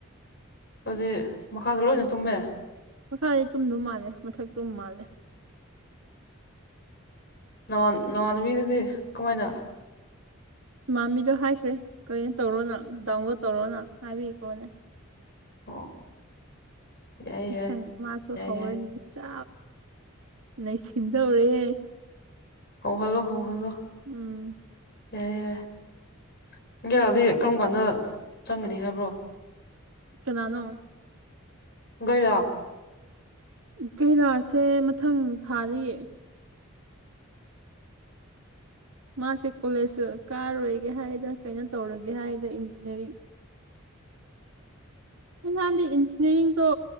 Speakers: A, on the left; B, on the right.
A: ꯑꯗꯨꯏ ꯃꯈꯥꯗ ꯂꯣꯏꯅ ꯇꯨꯝꯃꯦ
B: ꯃꯈꯥꯏ ꯇꯨꯝꯗꯧ ꯃꯥꯜꯂꯦ ꯃꯊꯛꯇꯨꯝ ꯃꯥꯜꯂꯦ
A: ꯅꯃꯥꯟ ꯅꯃꯥꯟꯅꯕꯤꯗꯨꯗꯤ ꯀꯃꯥꯏꯅ
B: ꯃꯃꯤꯗꯣ ꯍꯥꯏꯈ꯭ꯔꯦ ꯀꯩꯅꯣ ꯇꯧꯔꯣꯅ ꯗꯥꯎꯂꯣꯗ ꯇꯧꯔꯣꯅ ꯍꯥꯏꯕꯤꯈ꯭ꯔꯣꯅꯦ
A: ꯑꯣ ꯌꯥꯏꯌꯦ
B: ꯃꯊꯪ
A: ꯌꯥꯏ
B: ꯃꯥꯁꯨ
A: ꯌꯥꯏ
B: ꯍꯧꯔꯅꯤ
A: ꯌꯥꯏ
B: ꯆꯥ ꯅ ꯁꯤꯟꯗꯧꯔꯦ
A: ꯍꯣ ꯍꯜꯂꯣ ꯍꯣ ꯍꯜꯂꯣ
B: ꯎꯝ
A: ꯌꯥꯏꯦ ꯌꯥꯏ ꯦꯔꯥꯗꯤ ꯀꯔꯝ ꯀꯥꯟꯗ ꯆꯪꯒꯅꯤ ꯍꯥꯏꯕ꯭ꯔꯣ
B: ꯀꯅꯥꯅꯣ
A: ꯌꯥ
B: ꯀꯩꯔꯥꯁꯦ ꯃꯊꯪ ꯊꯥꯔꯤꯌꯦ ꯃꯥꯁꯦ ꯀꯣꯂꯦꯖ ꯀꯥꯔꯣꯏꯒꯦ ꯍꯥꯏꯗ ꯀꯩꯅꯣ ꯇꯧꯔꯒꯦ ꯍꯥꯏꯗ ꯏꯟꯖꯤꯅꯤꯌꯥꯔꯤꯡ ꯅꯍꯥꯟꯗꯤ ꯏꯟꯖꯤꯅꯤꯌꯥꯔꯤꯡꯗꯣ